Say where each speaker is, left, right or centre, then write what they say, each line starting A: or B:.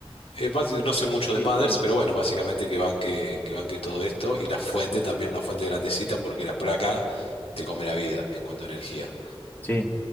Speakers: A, on the left (about 75°); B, on the left (about 20°).
A: eh, basi- no sé mucho de
B: Sí,
A: Mothers,
B: sí,
A: pero bueno, básicamente que banque, que banque todo esto. Y la fuente también, una fuente grandecita, porque la placa te come la vida en cuanto a energía.
B: sí.